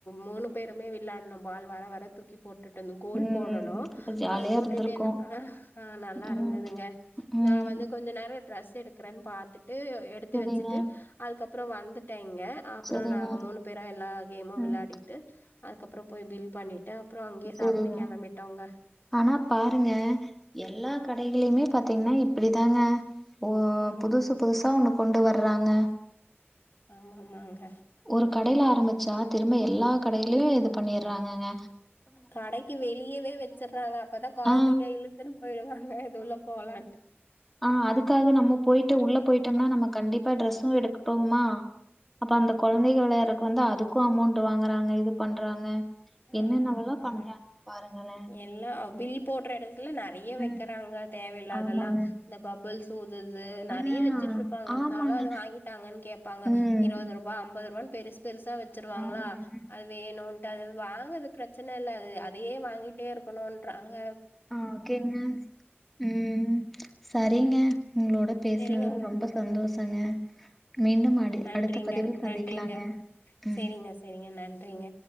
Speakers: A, on the left (about 55°); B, in the centre.
A: மூணு பேருமே விளாட்னம் பால் வர வர தூக்கிப் போட்டுட்டு இருந்து கோல்
B: ம்
A: போடணு
B: இப்ப ஜாலியா
A: அது போட்டுட்டே
B: இருந்திருக்கு
A: அ அ நல்லா
B: ம்
A: இருந்துதுங்க
B: ம்
A: நா வந்து கொஞ்சோ நேரம் ட்ரெஸ் எடுக்கிறேன்னு பாத்துட்டு எடுத்து
B: சரிங்க
A: வெச்சுட்டு அதுக்கப்புறோ வந்துட்டேங் ங்க அப்புறோ
B: சரிங்க
A: நாங்க மூணு பேரு எல்லா கேமும்
B: ம்
A: விளாடிட்டு அதுக்கப்புறோ போய் பில் பண்ணிட்டு அப்புறோ அங்கேயே
B: செரிங்க
A: சாப்ட்டு கெளம்பிட்டோங்க
B: ஆனா பாருங்க எல்லா கடைகளுமே பா பாத்தீங்கன்னா இப்பிடிதாங்க ஓ
A: ம்
B: புதுசு புதுசா ஒண்ணு கொண்டு வர்றாங்க
A: ஆமா ஆமாங்க
B: ஒரு கடையில ஆரம்பிச்சா திரும்ப எல்லா கடையிலயையு இது பண்ணிருறாங்கங்க
A: கடைக்கு வெளியவே வெச்சுறாங்க அப்பதா கெழந்திங்க
B: ஆ
A: இழுத்துன்னு போயிடுவாங்க இது உள்ள போ போலண்டு
B: அ அதுக்காக நம்ம போய்ட்டு உள்ள போயிட்டோம்னா நம்ம கண்டிப்பா டிரரெஸ்சு எடுக்கப்போமா அப்ப அந்த கெழந்தைக வெளையாட்றதுக்கு வந்து அதுக்கு அமௌண்ட் வாங்குறாங்க இது பண்றாங்க என்னென்னவெல்லா
A: ஆமா ஆமாங்க
B: பண்றாங்கன்னு பாருங்களே
A: எல்லாம் பில் போட்ற எடத்து நெறைய வைக்கிறாங்க
B: ம்
A: தேவயில்லாதெல்லா
B: ஆமாங்க
A: இந்த பப்புள்ஸ் ஊதுறது நெறைய
B: ஆ
A: வெச்சட்டு இருப்பாங்க இருந்தாலு
B: ஆமாங்க
A: அத வாங்தாங்கன்னு கேப்பாங்க
B: ம்
A: இருபது ரூபா ஐம்பது ரூபனு பெருசு பெருசா வெச்சுருவாங்களா
B: ஆமாங்க
A: அது வேணும்ன்ட்டு அது வாங்றது பிரச்சன இல்ல அதையே வாங்கிட்டே இருக்கணும்ன்றாங்க
B: அ ஓகேங்க ம் செரிங்க உங்களோட பேசனது
A: செரிங்க உங்க
B: ரொம்ப ரொம்ப சந்தோஷங்க மீண்டும் அடி
A: நன்றிங்க
B: அடுத்த பதிவில்
A: நன்றிங்க
B: சந்திக்கலாங்க ம்
A: செரிங்க செரிங்க நன்றிங்க